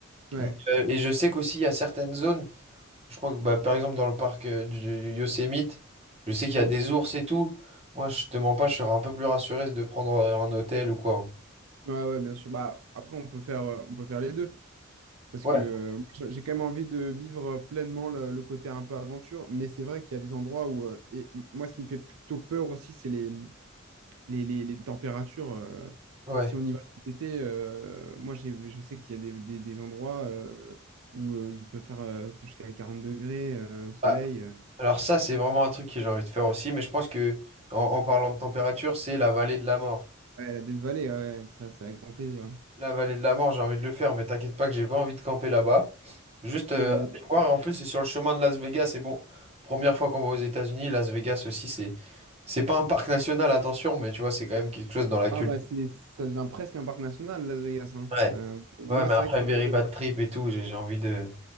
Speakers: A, on the right; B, on the right.
A: Ouais,
B: Mais, euh, et je sais qu'aussi, il y a certaines zones, je crois que, bah, par exemple, dans le parc euh, du du Yosemite, je sais qu'il y a des ours et tout. Moi, je te mens pas, je serais un peu plus rassuré de prendre euh, un hôtel ou quoi.
A: ouais, ouais, bien sûr. Bah, après, on peut faire, euh, on peut faire les deux. Parce
B: Ouais,
A: que euh, j'ai j'ai quand même envie de vivre euh, pleinement le, le côté un peu aventure. Mais c'est vrai qu'il y a des endroits où. euh, et m- moi, ce qui me fait plutôt peur aussi, c'est les, les, les, les températures. euh,
B: ouais.
A: si on y va cet été, euh, moi, j'ai, je sais qu'il y a des, des, des endroits euh, où euh, il peut faire euh, jusqu'à 40 degrés euh, au soleil.
B: Bah,
A: euh.
B: Alors ça, c'est vraiment un truc que j'ai envie de faire aussi, mais je pense que en, en parlant de température, c'est la vallée de la mort.
A: Ouais, la Death Valley, ouais, ça, c'est avec grand plaisir. hein.
B: La vallée de la mort, j'ai envie de le faire, mais t'inquiète pas que j'ai pas envie de camper là-bas. Juste euh,
A: Ouais,
B: aller voir, en plus c'est sur le chemin de Las Vegas, et bon, première fois qu'on va aux États-Unis, Las Vegas aussi, c'est c'est pas un parc national, attention, mais tu vois, c'est quand même quelque chose dans la culture.
A: Ah bah c'est ça devient presque un parc national Las Vegas hein.
B: Ouais,
A: Euh, moi
B: ouais, mais
A: c'est
B: après
A: vrai que
B: Very
A: ça-
B: Bad
A: ça-
B: Trip et tout, j'ai j'ai envie de...